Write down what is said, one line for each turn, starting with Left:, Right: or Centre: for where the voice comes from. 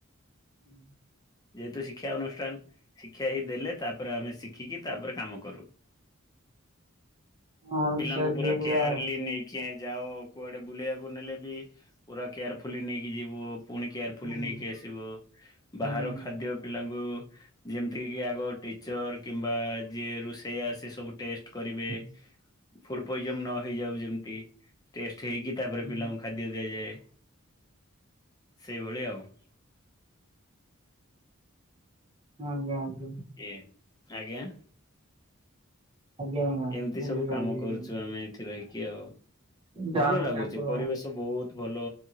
Right: ହୁଁ
Left: ଯେହେତୁ ଶିକ୍ଷା ଅନୁଷ୍ଠାନ ଶିକ୍ଷା ହିଁ ଦେଲେ ତାପରେ ଆମେ ଶିଖିକି ତାପରେ କାମକରୁ।
Right: ହଁ
Left: ପିଲାଙ୍କୁ
Right: ସେ
Left: ପୁରା
Right: ଝିଅ ପିଲା
Left: କେୟାରଲି ନେଇ କିଏ ଯାଅ କୁଆଡେ ବୁଲେଇବାକୁ ନେଲେ ବି ପୁରା କେୟାରଫୁଲି ନେଇକି ଯିବ। ପୁଣି କେୟାରଫୁଲି
Right: ହୁଁ
Left: ନେଇକି ଆସିବ
Right: ହୁଁ।
Left: ବାହାର ଖାଦ୍ୟ ପିଲାଙ୍କୁ ଯେମିତିକ କି ଆଗ ଟିଚର୍ କିମ୍ବା ଯିଏ ରୋଷେଇ ଆସି ସବୁ ଟେଷ୍ଟ କରିବେ।
Right: ହ
Left: ଫୁଡ ପଇଜନ ନ ହେଇଯାଉ ଯେମତି ଟେଷ୍ଟ ହେଇକି ତାପରେ
Right: ହୁଁ
Left: ପିଲାଙ୍କୁ ଖା ଦିଆଯାଇ ଯାଏ ସେଇଭଳି ଆଉ।
Right: ଆଜ୍ଞା ଆଜ୍ଞା।
Left: ଏ ଆଜ୍ଞା
Right: ଆଜ୍ଞା ଆଜ୍ଞା।
Left: ଏମିତି
Right: ବୁଝିପାରିଲି
Left: ସବୁ କାମ
Right: ବୁଝିପାରିଲି
Left: କରୁଚୁ ଆମେ ଏଠି ରହିକି ଆଉ।
Right: ଯାହା
Left: ଭଲ
Right: ହଉ
Left: ଲାଗୁଚି
Right: ଠାକୁର
Left: ପରିବେଶ ବହୁତ। ଭଲ